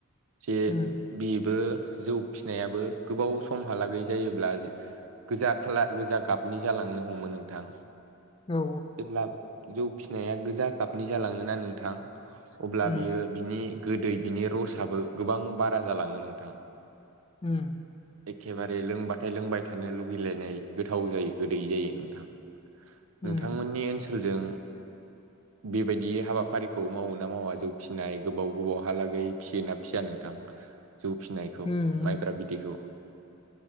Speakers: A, on the right (about 80°); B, on the left (about 25°).
A: जे
B: उम
A: बेबो जौ फिसिनायाबो गोबाव समहालागै जायोब्ला गोजा खाला गोजा गाबनि जालांनो हमो नोंथां।
B: औ
A: जेब्ला जौ फिसिनाया गोजा गाबनि जालाङा नोंथां अब्ला
B: उम
A: बियो। बिनि गोदै बिनि रसाबबो गोबां बारा जालाङो नोंथां
B: हम
A: एखेबारे लोंबाथाय लोंबाय थानो लुबैलायनाय गोथाव जायो गोदै जायो नोंथां
B: उम
A: नोंथांमोननि ओनसोलजों बेबायदि हाबाफारिखौ मावोोना मावा जौ फिसिनाय गोबाव गोबावहालागै फिसियोना फिसिया नोंथां जौ फिनायखौ
B: उम
A: माइब्रा बिदैखौ।